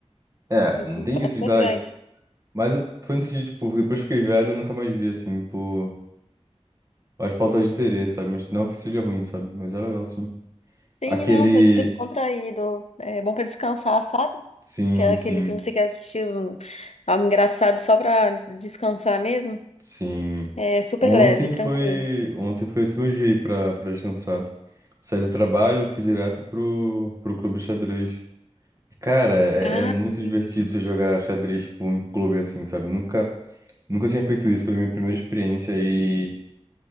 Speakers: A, on the right; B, on the left.
A: É,
B: Uhum,
A: não tem
B: Gosto
A: isso de idade.
B: bastante.
A: Mas eu- foi no sentido, tipo, depois que fiquei velho, eu nunca mais vi, assim, por as faltas de interesse, sabe? Mas não que seja ruim, sabe? Mas é legal, sim.
B: Sim,
A: Aquele.
B: não, foi super descontraído. É bom pra descansar, sabe?
A: Sim,
B: Que é aquele
A: sim.
B: filme que você quer assistir um- algo engraçado só pra des- descansar mesmo.
A: Sim.
B: É super
A: Ontem
B: leve, tranquilo.
A: foi, ontem foi esse meu dia aí pra, pra descansar. Saí do trabalho, fui direto pro, pro clube de xadrez. E, Cara, é,
B: Ah,
A: é muito
B: entendi.
A: divertido você jogar xadrez, tipo, em clube assim, sabe? Nunca, nunca tinha feito isso, foi minha primeira experiência e